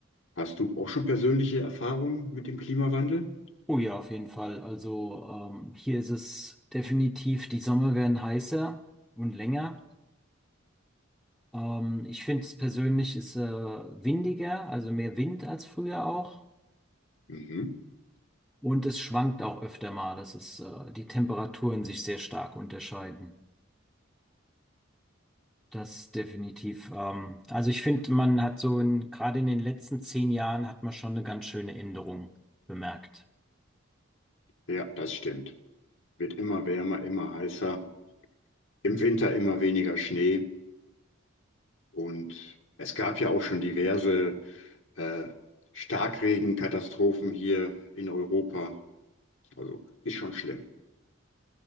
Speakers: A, on the left; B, in the centre.
A: Hast du auch schon persönliche Erfahrungen mit dem Klimawandel?
B: oh ja, auf jeden Fall. Also ähm, hier ist es definitiv, die Sommer werden heißer und länger. Ähm, ich finde es persönlich ist äh, windiger, also mehr Wind als früher auch.
A: Mhm.
B: Und es schwankt auch öfter mal, dass es äh, die Temperaturen sich sehr stark unterscheiden. Das definitiv. Ähm, also ich finde, man hat so in, gerade in den letzten zehn Jahren hat man schon eine ganz schöne Änderung bemerkt.
A: Ja, das stimmt. Wird immer wärmer, immer heißer, im Winter immer weniger Schnee. Und es gab ja auch schon diverse äh, Starkregenkatastrophen hier in Europa. Also ist schon schlimm.